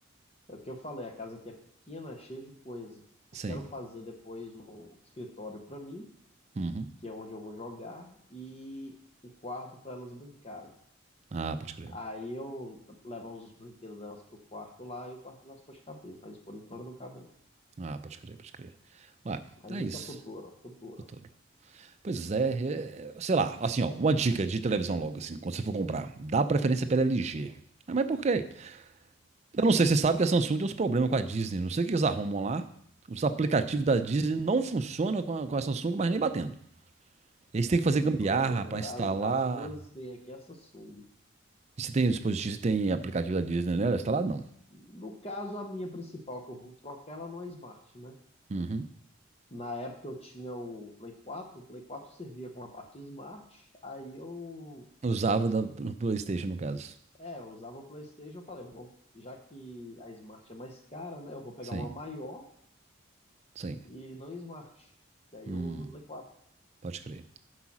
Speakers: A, on the left (about 30°); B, on the right (about 30°).
A: É o que eu falei, a casa aqui é pequena, é cheia de coisa. Eu
B: sim.
A: quero fazer depois um escritório para mim,
B: Uhum.
A: que é onde eu vou jogar, e um quarto para elas brincarem.
B: Ah, pode crer.
A: Aí eu t- levar os brinquedos delas pro quarto lá e o quarto nosso pode caber, mas por enquanto não cabe não.
B: Ah, pode crer, pode crer. Ué,
A: Mas
B: é
A: isso
B: isso.
A: é futuro, futuro.
B: Futuro. Pois é, é, é, sei lá, assim, ó, uma dica de televisão logo, assim, quando você for comprar, dá preferência pela LG. Ah, mas por quê? Eu não sei, você sabe que a Samsung tem uns problemas com a Disney, não sei o que eles arrumam lá. Os aplicativos da Disney não funcionam com a, com a Samsung, mas nem batendo. eles têm
A: Não
B: que fazer gambiarra
A: <laughs> tô sabendo.
B: para
A: As,
B: instalar.
A: as duas têm aqui essa Samsung.
B: E você tem dispositivo, você tem aplicativo da Disney, né? Instalado não.
A: No caso, a minha principal que eu vou trocar, ela não é Smart, né?
B: Uhum.
A: Na época eu tinha o Play 4, o Play 4 servia com a parte Smart, aí eu,
B: Usava da no PlayStation, no caso.
A: é, eu usava o PlayStation, eu falei, bom, já que a Smart é mais cara, né, eu vou pegar
B: Sim,
A: uma maior
B: sim.
A: e não Smart, que aí
B: Hum,
A: eu uso o Play 4.
B: pode crer.